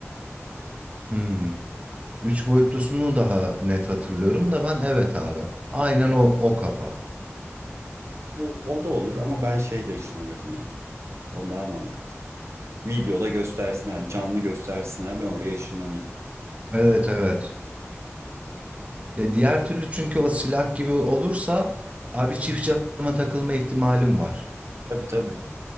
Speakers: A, on the right; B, on the right.
A: Hmm. Üç boyutlusunu daha net hatırlıyorum da ben evet abi. Aynen o o kafa.
B: O, o da olur ama ben şeyle ışınlanırım ya. O daha mantıklı. Videoda göstersinler, canlı göstersinler ben oraya ışınlanayım.
A: Evet evet. Ya diğer
B: Hmm.
A: türlü çünkü o silah gibi olursa abi çift cama takılma ihtimalim var.
B: Tabii tabii.